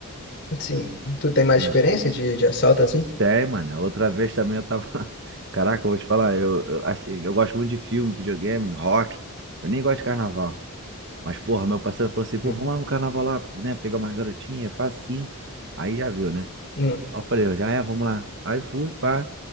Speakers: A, on the left; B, on the right.
A: Sim. Tu tem mais
B: Hum.
A: experiência de, de assalto assim?
B: Tem, mano. Outra vez também eu tava. <laughs> Caraca, eu vou te falar, eu, eu, assim, eu gosto muito de filme, videogame, rock. Eu nem gosto de carnaval. Mas, porra, meu parceiro falou assim, pô,
A: Hum.
B: vamos lá no carnaval lá, né? Pegar umas garotinhas, faz assim. Aí já viu, né?
A: Hum.
B: Aí eu falei, eu já é, vamos lá. Aí fui, pá.